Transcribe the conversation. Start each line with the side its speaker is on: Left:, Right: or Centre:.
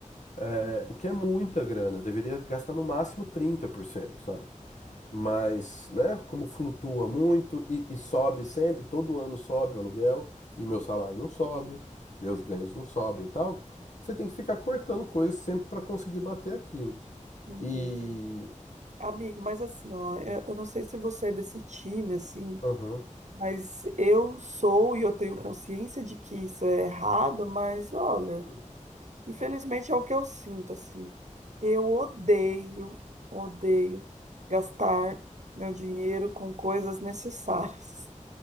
Left: É,
Right: Hum,
Left: o que é muita grana, deveria gastar no máximo trinta por cento sabe? Mas, né, como flutua muito e, e sobe sempre, todo ano sobe o aluguel e o meu salário não sobe, meus ganhos não sobem e tal, você tem que ficar cortando coisas sempre para conseguir bater aquilo.
Right: entendi.
Left: E.
Right: Amigo, mas assim, ó, eu eu não sei se você é desse time, assim,
Left: Aham.
Right: mas eu sou e eu tenho consciência de que isso é errado, mas olha,
Left: Hum.
Right: infelizmente é o que eu sinto, assim. Eu odeio, odeio gastar meu dinheiro com coisas necessárias.